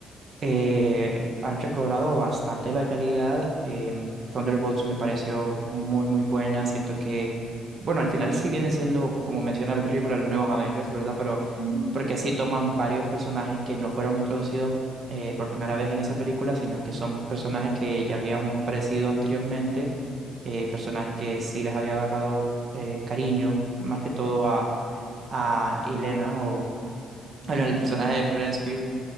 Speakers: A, on the right; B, on the right.
A: eh, han recobrado bastante la calidad. em, Thunderbolts me pareció muy, muy buena. Siento que, bueno, al final sí viene siendo, como menciona la película, los nuevos Avengers, ¿verdad? Pero
B: Mm,
A: porque sí toman varios personajes que no fueron introducidos eh, por primera vez en esa película, sino que son personajes que ya habían aparecido anteriormente, eh, personajes que sí les había agarrado eh, cariño, más que todo a, a Elena o
B: mm,
A: bueno, el personaje
B: mm,
A: de Florence Pugh.